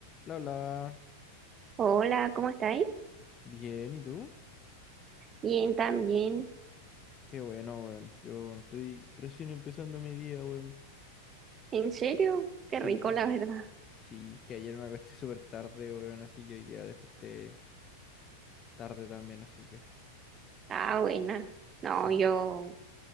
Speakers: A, on the left; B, on the right.
A: La, la.
B: Hola, ¿cómo estáis?
A: Bien, ¿y tú?
B: Bien, también.
A: Qué bueno, weón. Yo estoy recién empezando mi día, weón.
B: ¿En serio?
A: Sí,
B: Qué rico, la verdad.
A: sí, es que ayer me acosté súper tarde, weón, así que hoy día desperté tarde también, así que
B: Ah, buena. No,
A: sí.
B: yo